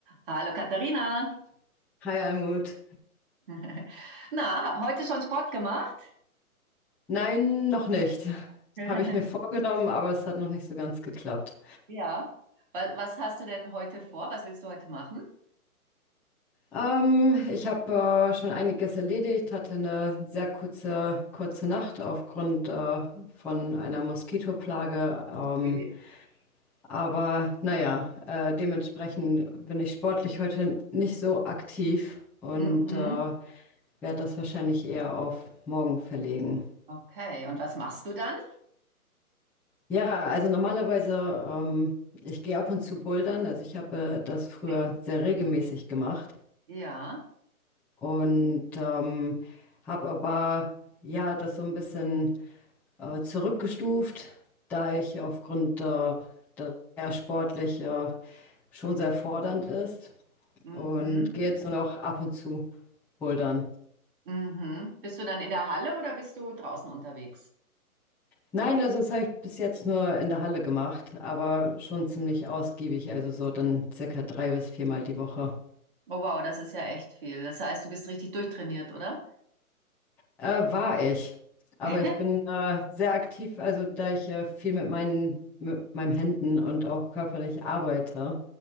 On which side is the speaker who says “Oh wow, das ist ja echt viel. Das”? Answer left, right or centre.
Right